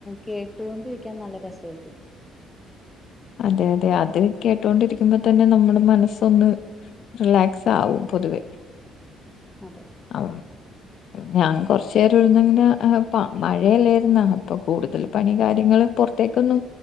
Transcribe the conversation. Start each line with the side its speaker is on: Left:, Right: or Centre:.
Centre: കേട്ടുകൊണ്ടിരിക്കാൻ നല്ല രസയിരിക്കും
Left: അതെ അതെ അത് കേട്ടൊണ്ടിരിക്കുമ്പോ തന്നെ നമ്മുടെ മനസ്സൊന്ന് റിലാക്സ് ആകും പൊതുവെ
Centre: അതെ
Left: അ ഞൻ കുറച്ചു നേരം ഇരുന്നങ്ങനെ മഴയല്ലായിരുന്നാ ഇപ്പൊ കൂടുതൽ പണി കാര്യങ്ങള് പുറത്തേക്കൊന്നു